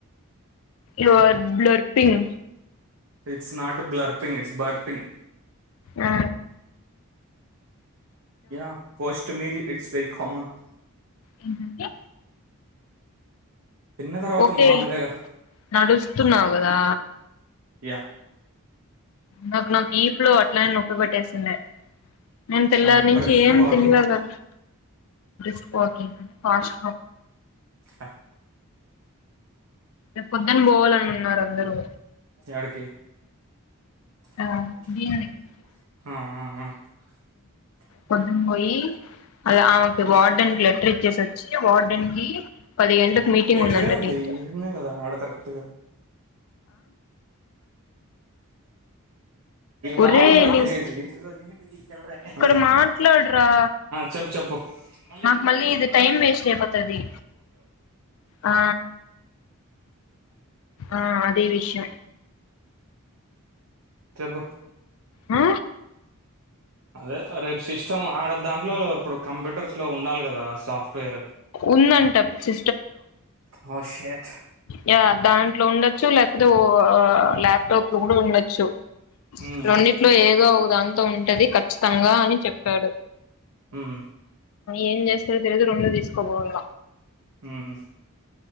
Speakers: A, on the left (about 65°); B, on the right (about 70°).
A: you are బ్లర్పిగ్
B: it's not blurping it's burping
A: ఆ
B: yeah post meal it's very common
A: ఎడి
B: తిన్న తర్వాత
A: ఓకే
B: మామూలేగా
A: నడుస్తున్నావు కదా
B: ఇ
A: నాకు నాకు ఈప్ లో అట్లని నొక్కు పెట్టేసింది నేను తెల్లారి
B: ఐ యామ్
A: నుంచి
B: బ్రిస్క్
A: ఏం
B: వాకింగ్
A: తినలే కదా స్క కాస్
B: ఆ
A: రేపు పొద్దుని పోవాలని ఉన్నారు అందరూ
B: అడికే అ
A: ఆ దీని దగ్గరికి కొద్దం పోయి అ ఆమెకు వార్డెన్ క లెటర్ ఇచ్చేసి వచ్చి వార్డెన్ కి పది గంలకు మీటింగ్
B: దగ్గరే
A: ఉందం
B: ఉంది
A: దీట్
B: ఈడనే కదా ఆడ కరెక్ట్గా
A: ఒరే
B: రావద్ర
A: నీవు
B: తినేసి ఇది ల
A: ఇక్కడ మాట్లాడరా
B: చెప్పు చెప్పుకేఓకే
A: నాకు మళ్ళీ ఇది టైం వేస్ట్ అయిపోతది ఆ ఆ అదే విషయం
B: రబు
A: ఆ
B: అదే రేపు సిస్టమ్ ఆడ దాంట్లో ఇప్పుడు కంప్యూటర్స్ లో ఉండాలి కదా సాఫ్ట్వేర్
A: ఉందంటం సి
B: హో షట్
A: యా దాంట్లో ఉండొచ్చు లేకపోతే ఓ ల్యాప్టాప్ లో కూడా ఉండొచ్చు
B: ఉమ్
A: రెండిట్లో ఏదో దాంతో ఉంటది కఖచ్చితంగా అని చెప్పాడు
B: హ్మ్
A: ఏం చేస్తారో తెలియదు రెండు తీసుకోపోవాల్లా
B: మ్మ్ హ్మ్